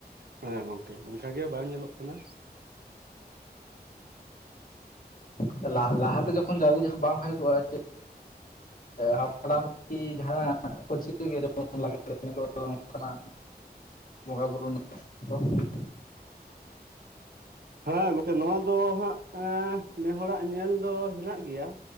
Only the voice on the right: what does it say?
ᱦᱮᱸ ᱜᱚᱝᱠᱮ ᱚᱱᱠᱟ ᱜᱮ ᱵᱟᱝ ᱧᱮᱞᱚᱜ ᱠᱟᱱᱟ᱾
ᱦᱮᱸ ᱜᱚᱝᱠᱮ ᱱᱚᱣᱟ ᱫᱚ ᱦᱟᱸᱜ ᱱᱮ ᱦᱚᱲ-ᱲᱟᱜ ᱧᱮᱞ ᱫᱚ ᱦᱮᱱᱟᱜ ᱜᱮᱭᱟ᱾